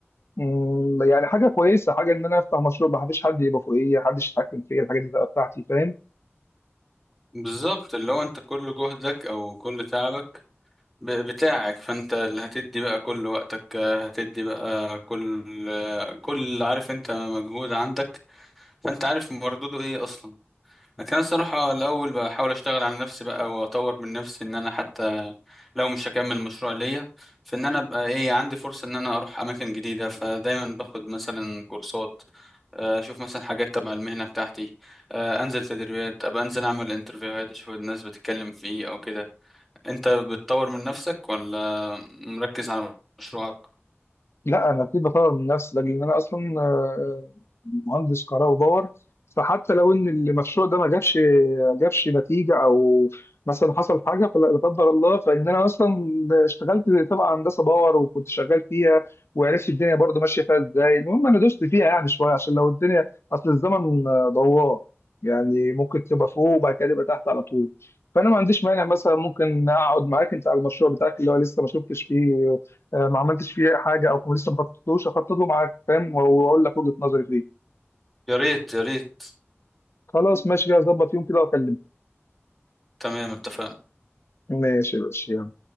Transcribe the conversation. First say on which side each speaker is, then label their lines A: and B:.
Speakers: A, on the left (about 65°); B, in the centre.
A: مم، يعني حاجة كويسة حاجة إن أنا أفتح مشروع ما حدش حد يبقى فوقيا حدش يتحكم فيا الحاجات دي تبقى بتاعتي فاهم؟
B: بالظبط اللي هو انت كل جهدك او كل تعبك ب- بتاعك فانت اللي هتدي بقى كل وقتك آه، هتدي بقى كل آه، كل عارف انت مجهود عندك فانت عارف مردوده ايه اصلا لكن انا الصراحه الاول بحاول اشتغل على نفسي بقى واطور من نفسي ان انا حتى لو مش هكمل مشروع ليا فان انا ابقى ايه عندي فرصه ان انا اروح اماكن جديده فدايما باخد مثلا كورسات آه، اشوف مثلا حاجات تبع المهنه بتاعتي آه، انزل تدريبات ابقى انزل اعمل انترفيوهات اشوف الناس بتتكلم في ايه او كده انت بتطور من نفسك ولا مركز على مشروعك
A: لا انا اكيد بطور من نفسي لان انا اصلا آه، مهندس كهرباء وباور فحتى لو ان المشروع ده ما جابش جابش نتيجه او مثلا حصل حاجه فلا لا قدر الله فان انا اصلا اشتغلت طبعا هندسه باور وكنت شغال فيها وعرفت الدنيا برضو ماشيه فيها ازاي المهم انا دوست فيها يعني شويه عشان لو الدنيا اصل الزمن آه، دوار يعني ممكن تبقى فوق وبعد كده تبقى تحت على طول فانا ما عنديش مانع مثلا ممكن اقعد معاك انت على المشروع بتاعك اللي هو لسه ما شفتش فيه آه، ما عملتش فيه حاجه او لسه ما خططتلوش اخطط له معاك فاهم واقول لك وجهه نظري فيه
B: يا ريت يا ريت
A: خلاص ماشي كده هظبط يوم كده واكلمك
B: تمام اتفقنا
A: ماشي يا باشا يلا.